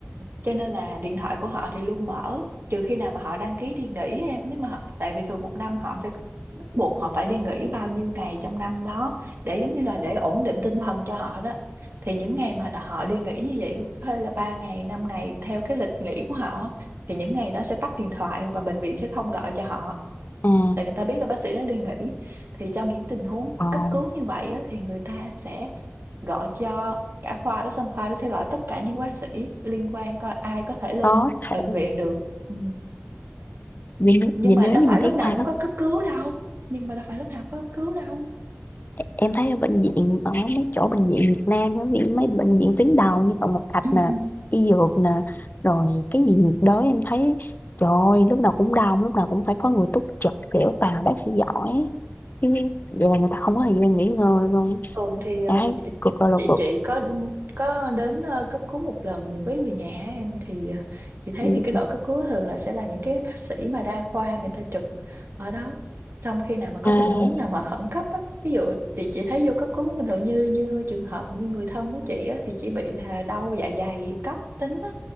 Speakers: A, on the right; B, on the left.
A: cho nên là điện thoại của họ thì luôn mở trừ khi nào mà họ đăng ký đi nghỉ em nếu mà họ, tại vì thường một năm họ sẽ bắt buộc họ phải đi nghỉ bao nhiêu ngày trong năm đó để giống như là để ổn định tinh thần cho họ đó thì những ngày mà họ đi nghỉ như vậy hơi là 3 ngày 5 ngày theo cái lịch nghỉ của họ thì những ngày đó sẽ tắt điện thoại và bệnh viện sẽ không gọi cho họ
B: à
A: tại người ta biết là bác sĩ đã đi nghỉ thì trong những tình huống
B: còn
A: cấp cứu như vậy á, thì người ta sẽ gọi cho cả khoa đó xong khoa đó sẽ gọi tất cả những bác sĩ liên quan coi ai có thể lên
B: có thể
A: bệnh viện được ừ.
B: vì,
A: nhưng
B: vì
A: mà
B: nếu
A: đâu
B: như
A: phải
B: mà
A: lúc
B: cái
A: nào
B: khoa
A: cũng
B: đó
A: có cấp cứu đâu nhưng mà đâu phải lúc nào cũng có cấp cứu đâu
B: em thấy ở bệnh viện ở mấy chỗ bệnh viện Việt Nam á, ví dụ mấy bệnh viện tuyến đầu như Phạm Ngọc Thạch
A: ừ,
B: nè
A: ừ.
B: y dược nè rồi cái gì nhiệt đới em thấy trời ơi lúc nào cũng đông lúc nào cũng phải có người túc trực kiểu toàn là bác sĩ giỏi chứ vậy là người ta không có thời gian nghỉ ngơi luôn
A: thường thì ờ,
B: em thấy
A: chị
B: cực rồi là
A: chị
B: cực
A: chị có có đến ờ, cấp cứu một lần với người nhà em thì ờ, chị thấy
B: Ừ,
A: thì cái đội cấp cứu thường là sẽ là những cái bác sĩ mà đa khoa người ta trực ở đó xong khi nào mà có
B: à,
A: tình huống nào mà khẩn cấp á ví dụ chị chị thấy vô cấp cứu bình thường như như trường hợp như người thân của chị á thì chỉ bị là đau dạ dày cấp tính á